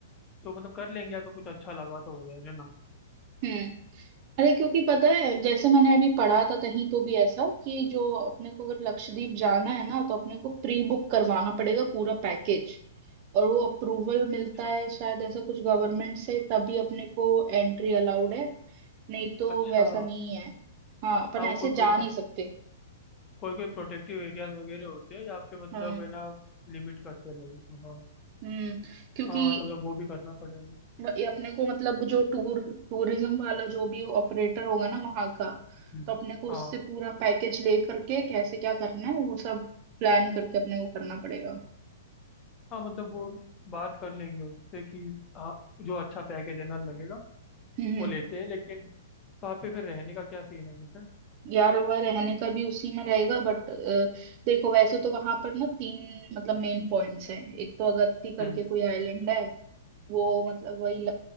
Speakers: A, on the left (about 25°); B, on the right (about 45°).
A: तो मतलब कर लेंगे अगर कुछ अच्छा लगा तो उधर है ना
B: हम्म अरे क्योंकि पता है जैसे मैंने अभी पढ़ा था कहीं तो भी ऐसा कि जो अपने को अगर लक्षद्वीप जाना है ना तो अपने को प्री बुक करवाना पड़ेगा पूरा पैकेज और वो अप्रूवल मिलता
A: अच्छा
B: है शायद ऐसा कुछ गवर्नमेंट से तभी अपने को एंट्री अलाउड है नहीं तो
A: अच्छा
B: वैसा नहीं है हाँ अपन
A: हाँ वो
B: ऐसे
A: कोई कोई
B: जा
A: ना
B: नहीं सकते
A: कोई कोई प्रोटेक्टिव एरियाज वगैरह होते हैं जहाँ पे मतलब
B: हाँ।
A: है ना लिमिट करते हैं लोगों को हाँ
B: हम्म क्योंकि
A: हाँ तो मतलब वो भी करना पड़ेगा
B: ये अपने को मतलब जो टूर टूरिज्म वाला जो भी ऑपरेटर होगा ना वहां का
A: हम्म,
B: तो अपने को
A: हाँ
B: उससे पूरा पैकेज ले करके कैसे क्या करना है वो सब प्लान करके अपने को करना पड़ेगा <clears throat>
A: हाँ मतलब वो बात कर लेंगे उससे कि हाँ जो अच्छा पैकेज है ना लगेगा
B: हम्म
A: वो लेते हैं लेकिन वहाँ पे फिर रहने का क्या सीन है वैसे
B: यार वह रहने का भी उसी में रहेगा बट देखो वैसे तो वहां पर ना तीन मतलब मेन पॉइंट्स हैं एक तो अगत्ती करके
A: हम्म
B: कोई आइलैंड है वो मतलब वही